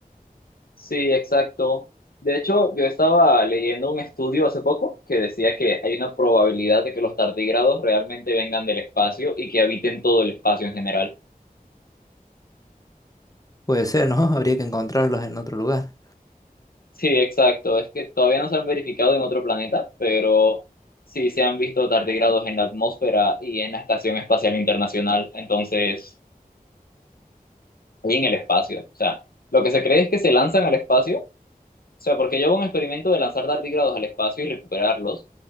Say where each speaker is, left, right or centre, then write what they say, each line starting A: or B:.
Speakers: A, on the left; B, on the left.
A: Sí, exacto. De hecho, yo estaba leyendo un estudio hace poco que decía que hay una probabilidad de que los tardigrados realmente vengan del espacio y que habiten todo el espacio en general.
B: Puede ser, ¿no? <laughs> Habría que encontrarlos en otro lugar.
A: Sí, exacto. Es que todavía no se han verificado en otro planeta, pero sí se han visto tardigrados en la atmósfera y en la Estación Espacial Internacional, entonces, y en el espacio. O sea, lo que se cree es que se lanzan al espacio O sea, porque yo hago un experimento de lanzar tardígrados al espacio y recuperarlos,